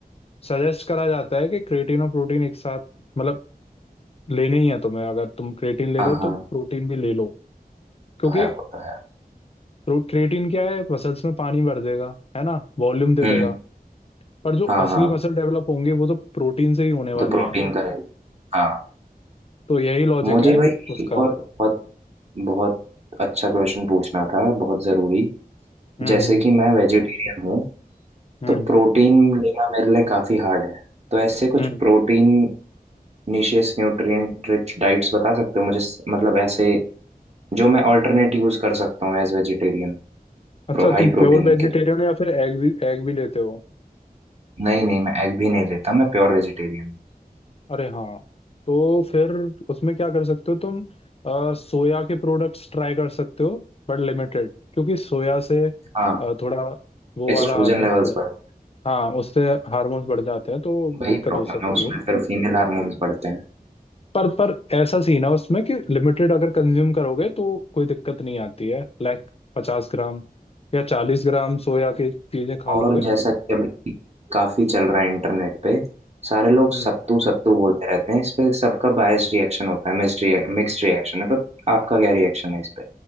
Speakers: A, on the left (about 40°); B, on the right (about 45°).
A: सजेस्ट करा जाता है कि क्रेटीन और प्रोटीन एक साथ मतलब लेने ही है तुम्हें अगर तुम क्रेटीन ले
B: हाँ
A: रहे हो
B: हाँ
A: तो प्रोटीन भी ले लो क्योंकि
B: तो है वो तो है
A: क्रिएटिन क्या है मसल्स में पानी भर देगा है ना वॉल्यूम दे
B: हम्म
A: देगा पर जो
B: हाँ
A: असली
B: हाँ
A: मसल डेवलप होंगे वो तो प्रोटीन से ही होने
B: तो
A: वाली
B: प्रोटीन
A: है
B: करे हाँ
A: तो यही लॉजिक
B: मुझे
A: है
B: भाई
A: उसका
B: एक और बहुत बहुत अच्छा क्वेश्चन पूछना था बहुत जरूरी
A: हम्म
B: जैसे
A: हम्म
B: कि मैं वेजिटेरियन हूँ
A: हम्म
B: तो प्रोटीन लेना मेरे लिए काफ़ी हार्ड है तो ऐसे कुछ
A: हम्म।
B: प्रोटीन निशियस न्यूट्रिएंट रिच डाइट्स बता सकते हो मुझे स- मतलब ऐसे जो मैं ऑल्टरनेट यूज़ कर सकता हूँ एज वेजिटेरियन
A: अच्छा
B: प्रो, हाई
A: तुम
B: प्रोटीन
A: प्योर वेजिटेरियन
B: के
A: हो या फिर एग भी एग भी लेते हो
B: लिए नहीं नहीं मैं एग भी नहीं लेता मैं प्योर वेजिटेरियन हूँ
A: अरे हाँ तो फिर उसमें क्या कर सकते हो तुम अ, सोया के प्रोडक्ट्स ट्राई कर सकते हो बट लिमिटेड क्योंकि सोया से
B: हाँ
A: अ, थोड़ा वो
B: तो एस्ट्रोजन
A: वाला हार्मोन्स
B: लेवल्स
A: बढ़े
B: बढ़
A: हाँ उससे हार्मोन्स बढ़ जाते हैं तो
B: वही
A: दिक्कत
B: प्रॉब्लम
A: हो सकती
B: है उसमें
A: है
B: फिर फीमेल हार्मोन्स बढ़ते हैं
A: पर पर ऐसा सीन है उसमें कि लिमिटेड अगर कंज्यूम करोगे तो कोई दिक्कत नहीं आती है लाइक पचास ग्राम या चालीस ग्राम सोया की चीजें खा
B: और
A: लोगे
B: जैसा कि अभी काफी चल रहा है इंटरनेट पे सारे लोग
A: हम्म
B: सत्तू सत्तू बोलते रहते हैं इस पे सबका बायस रिएक्शन होता है मिक्स्ड मिक्स्ड रिएक्शन है तो आपका क्या रिएक्शन है इस पे